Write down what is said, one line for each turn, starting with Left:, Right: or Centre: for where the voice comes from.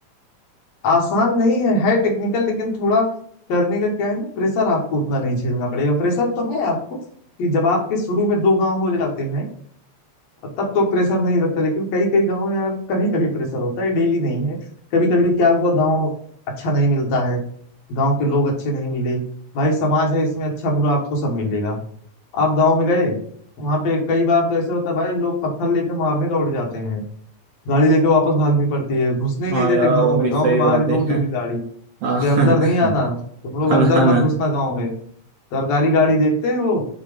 Left: आसान नहीं है है टेक्निकल लेकिन थोड़ा करने का क्या है ना प्रेशर आपको उतना नहीं झेलना पड़ेगा प्रेशर तो है आपको कि जब आपके शुरू में दो गांव हो जाते हैं तब तो प्रेशर नहीं लगता लेकिन कई कई गांव यार कभी कभी प्रेशर होता है डेली नहीं है कभी कभी क्या हुआ गांव अच्छा नहीं मिलता है गांव के लोग अच्छे नहीं मिले भाई समाज है इसमें अच्छा बुरा आपको सब मिलेगा आप गांव में गए वहां पे कई बार तो ऐसे होता है भाई लोग पत्थर लेके मारने दौड़ जाते हैं गाड़ी लेके वापस भागनी पड़ती है घुसने ही
Right: हाँ
Left: नहीं देते
Right: यार
Left: गांव
Right: वो भी
Left: में गांव
Right: सही
Left: के बाहर
Right: बात
Left: ही रोक
Right: है
Left: देंगे गाड़ी कि
Right: <laughs> हाँ हाँ
Left: अंदर नहीं आना तुम लोग
Right: ना
Left: अंदर
Right: हाँ ना
Left: मत घुसना गांव में सरकारी गाड़ी देखते हैं वो